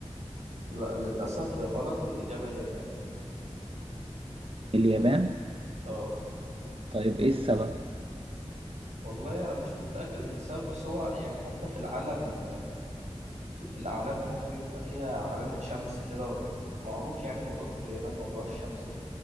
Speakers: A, on the right; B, on the right.
A: لا للاسف يا غلط الاجابه اليابان
B: اليابان
A: اه
B: طيب إيه السبب؟
A: والله انا مش متاكد من السبب بس هو يعني حتى في العالم الأعلام هناك بيبقى فيها علامة شمس كده معروف يعني الموضوع ده في اليابان موضوع الشمس ده